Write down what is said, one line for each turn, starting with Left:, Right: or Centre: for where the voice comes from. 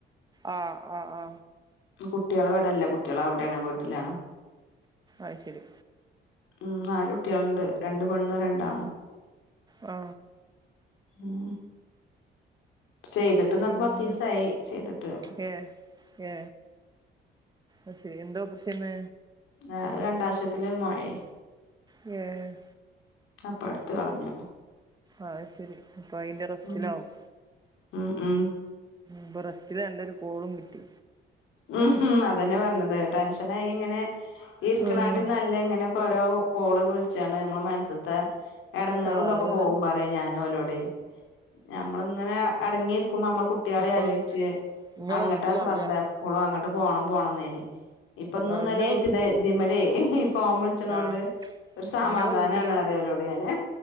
Right: ആ ആ ആ
Left: കുട്ടിള് ഇവിടല്ല കുട്ടിള് അവിടെയാണ് വീട്ടിലാണ്.
Right: അത് ശരി
Left: മ് നാല് കുട്ടികളുണ്ട് രണ്ട് പെണ്ണും രണ്ടാ ആണും.
Right: ആ
Left: ഉം ചെയ്തിട്ട് ന്ന്
Right: പിന്നെ
Left: പത്ത് ദിവസായി ചെയ്തിട്ട്
Right: ഏ ഏ അഹ്ശരി, എന്തോ ഓപ്രശ്ന്ന്?
Left: അഹ് അണ്ഡാശയത്തിൽ ഒരു മെഴേ
Right: ഏ
Left: അപ്പൊ എടുത്ത് കളഞ്ഞു
Right: ആഹ ശെരി അപ്പൊ അയിന്റെ റെസ്റ്റിലാവും
Left: ഉം ഉം ഉം
Right: ഇപ്പൊ റസ്റ്റില് രണ്ടരു കോളും കിട്ടി
Left: ഉം അതന്നെ പറഞ്ഞത് ടെൻഷനായി ഇങ്ങനെ ഈ ഇരുക്കനാട്ടിൽന്നല്ല
Right: ഉം
Left: ഇങ്ങനെ. ഓരോ കോള് വിളിച്ചണ്ട് നമ്മുടെ മന്സ്സത്തെ എടങ്ങേറും
Right: ആ
Left: ഇതൊക്കെ
Right: അതന്നെ
Left: പോവും പറയാ ഞാന് ഓലോടെ നമ്മള ഇങ്ങനെ അടങ്ങിയിരിക്കുമ്പോ നമ്മളെ കുട്ടികളെ
Right: അപ്പൊ
Left: ആലോചിച്ച്
Right: നിങ്ങളെ
Left: അങ്ങട്ട്
Right: വീട്ടിലാവൂലേ
Left: ശ്രദ്ധ
Right: ആ
Left: എപ്പോ എപ്പളും അങ്ങോട്ട് പോണം പോണം എന്നേനി ഇപ്പൊന്നും
Right: ആ
Left: ഇന്നലെയിട്ട്
Right: നിങ്ങള്
Left: ഇതേ ഇതിമ്മലേ ഫോഫോൺ വി ളിച്ചിനോണ്ട്
Right: ആ
Left: ഒരു സമാധാനാണ്
Right: നിങ്ങളെ വീട്ടിലാ
Left: അറിയ ഒലോട് ഞാന്